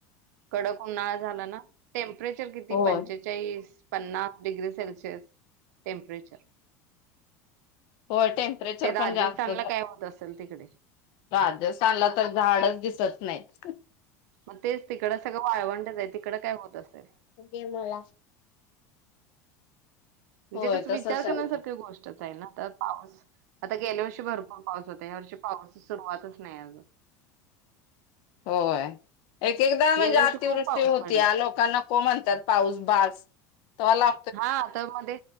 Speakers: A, on the right (about 75°); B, on the left (about 65°).
A: कडक उना झाला ना. टेम्परेचर किती
B: होय
A: पंचेचाळीस पन्नास डिग्री सेल्शिअस टेम्परेचर.
B: हो टेम्परेचर
A: ते राजस्थानला
B: पण जास्त.
A: काय होत असेल तिकडे
B: राजस्थानला तर झाडच दिसत नाहीत.
A: मग तेच तिकडं सगळं वाळवंटच आहे तिकडं काय होत असेल
B: गे मला.
A: म्हणजे
B: होय
A: कस विचार
B: तसच आहे
A: करण्यासारख्या गोष्ट. पाऊस आता गेल्या वर्षी भरपूर पाऊस होता या वर्षी पाऊसा सुरुवातच नाही अजून.
B: होय एक एकदा म्हणजे
A: गेल्या
B: अतिवृष्टी
A: वर्षी खूप पाऊस
B: होती
A: पडला
B: लोकांना. को म्हणतात पाऊस बास त म्हाला
A: हा तर मध्ये